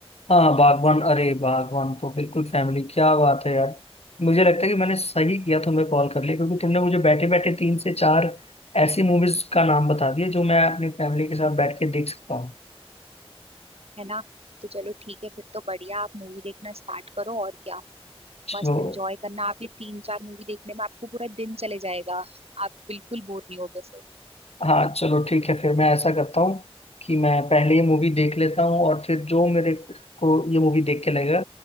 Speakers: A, on the left (about 75°); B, on the right (about 70°).
A: हाँ बागवान अरे बागवान तो बिल्कुल फैमिली क्या बात है यार मुझे लगता है कि मैंने सही किया तुम्हें कॉल कर लिया क्योंकि तुमने मुझे बैठे बैठे तीन से चार ऐसी मूवीज का नाम बता दिए जो मैं अपनी फैमिली के साथ बैठ के देख सकता हूँ
B: है ना तो चलो ठीक है फिर तो बढ़िया आप मूवी देखना स्टार्ट करो और क्या
A: तो
B: मस्त एंजॉय करना आप ये तीन चार मूवी देखने में आपको पूरा दिन चले जाएगा आप बिल्कुल बोर नहीं होगे
A: हाँ चलो ठीक है फिर मैं ऐसा करता हूँ कि मैं पहले ये मूवी देख लेता हूँ और फिर जो मेरे को ये मूवी देख के लगेगा